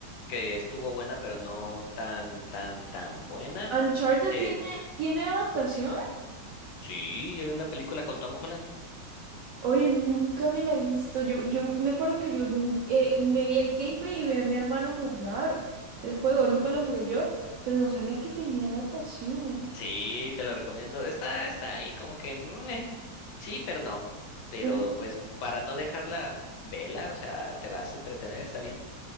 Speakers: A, on the left (about 75°); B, on the right (about 75°).
A: que estuvo buena, pero no tan, tan, tan buena.
B: Uncharted
A: Eh,
B: tiene, tiene adaptación.
A: sí, es una película con Tom Holland.
B: Oye, nunca me la he visto. Yo, yo me acuerdo que yo vi un, eh, me vi el gameplay y vi a mi hermano jugar el juego. Nunca lo jugué yo, pero no sabía que tenía adaptación.
A: Sí, te lo recomiendo. Está, está ahí como que mm, eh, sí, pero no. Pero
B: No.
A: pues para no dejarla vela, o sea, te vas a entretener, está bien.